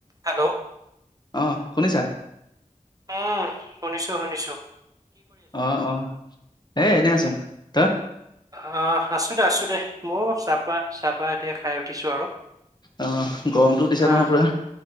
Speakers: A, on the right; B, on the left.
A: Hello.
B: অহ, শুনিছা?
A: উম, শুনিছোঁ, শুনিছোঁ।
B: অ', অ', এ এনেই আছোঁ। তই
A: অহ আছো দে, আছো দে, ময়ো চাহপা চাহপা এতিয়া খাই উঠিছোঁ আৰু,
B: অ গৰমটো দিছে
A: আহ
B: নহয় পুৰা